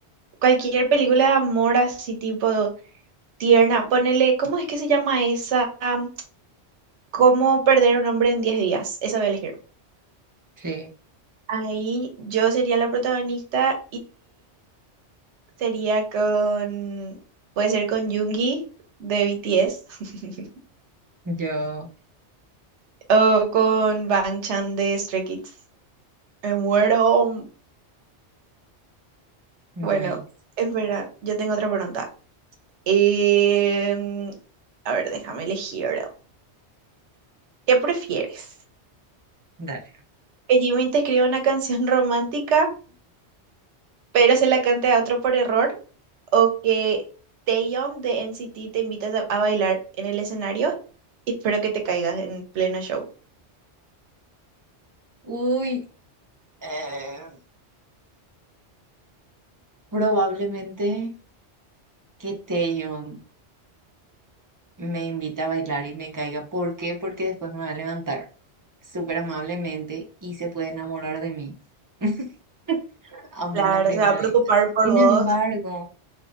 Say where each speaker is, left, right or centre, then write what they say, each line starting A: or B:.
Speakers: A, on the right; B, on the right.
A: cualquier película de amor así tipo tierna, ponele, ¿cómo es que se llama esa? Am, ¿Cómo perder un hombre en 10 días? Esa voy a elegir.
B: Sí.
A: Ahí yo sería la protagonista sería con, puede ser con Yoongi de BTS <laughs>
B: Yo,
A: o con Bang Chan de Stray Kids. Me muero.
B: nice.
A: Bueno, espera, yo tengo otra pregunta. Em, a ver, déjame elegir. ¿Qué prefieres?
B: Dale.
A: ¿Que Jimin te escriba una canción <laughs> romántica, pero se la cante a otro por error? ¿O que Taeyeon de NCT te invitas a, a bailar en el escenario? y Espero que te caigas en pleno show.
B: Uy, eh, probablemente que Taeyeon me invita a bailar y me caiga. ¿Por qué? Porque después me va a levantar súper amablemente y se puede enamorar de mí. <laughs> Amor
A: Claro,
B: a primera
A: se va a preocupar
B: vista.
A: por
B: Sin
A: vos.
B: embargo,